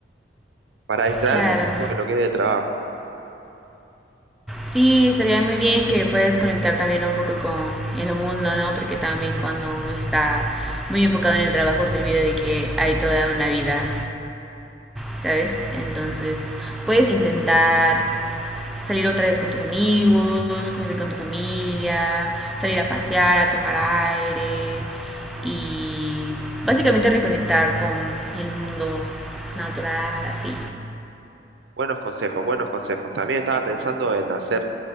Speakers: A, on the right; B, in the centre.
A: para distraerme
B: Claro.
A: un poco de lo que es el trabajo.
B: Sí, estaría muy bien que puedas conectar también un poco con el mundo, ¿no? Porque también cuando uno está muy enfocado en el trabajo se olvida de que hay toda una vida ¿sabes? Entonces, puedes intentar salir otra vez con tus amigos, convivir con tu familia, salir a pasear, a tomar aire y básicamente reconectar con el mundo natural, así.
A: Buenos consejos, buenos consejos. También estaba pensando en hacer